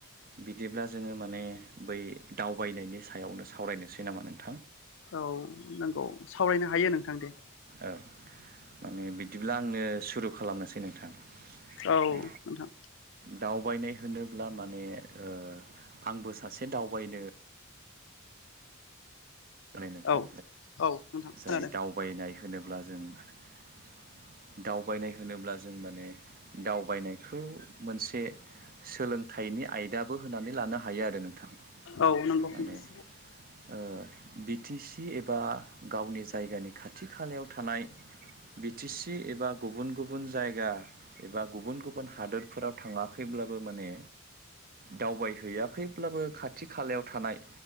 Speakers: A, on the right (about 40°); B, on the left (about 60°).
A: बिदिब्ला जोङो माने बै दावबायनायनि सायावनो सावरायनोसै नामा नोंथां?
B: औ नंगौ सावरायनो हायो नोंथां दे।
A: औ माने बिदिब्ला आंनो सुरु खालामनोसै नोंथां
B: औ नोंथां
A: दावबायनाय होनोब्ला माने ओ आंबो सासे दावबायनो माने नोंथां
B: औ औ नोंथां
A: जाय
B: खोनादों
A: दावबायनाय होनोब्ला जों दाउ दावबायनाय होनोब्ला जों माने दावबायनायखौ मोनसे सोलोंथाइनि आयदाबो होनानै लानो हायो आरो नोंथां
B: औ नंगौ
A: माने
B: नोंथां
A: ओ बि टि सि एबा गावनि जायगानि खाथि खालायाव थानाय बि टि सि एबा गुबुन गुबुन जायगा एबा गुबुन गुबुन हादोरफोराव थाङाखैमोन मोनब्लाबो माने दावबायहैयाखैब्लाबो खाथि खालायाव थानाय